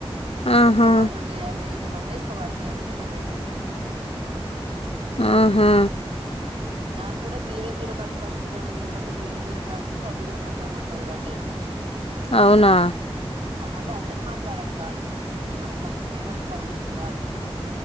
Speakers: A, on the left; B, on the right.
A: ఆహా,
B: నాలుగు వందల యాభై అయితే పడ్డ ఇంకా పడతాయని కింద పెట్ ఏండు మెసేజు
A: ఆహా.
B: నాకు కూడా జీరో జీరో కలిసి ఫస్ట్ రెండు తెల్వ జీరో జీరో కాల్స్ అయితే అవి కూడా ముప్పై ముప్పై పడ్డాయి
A: అవునా
B: ఆ అంటే అసలు మాట్లాడాను కాల్సు మనం ఫస్ట్ తెలివక కట్ చేసిన కాల్స్.